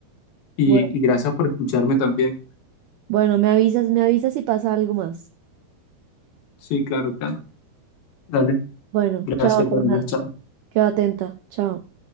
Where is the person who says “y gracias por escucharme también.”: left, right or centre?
Left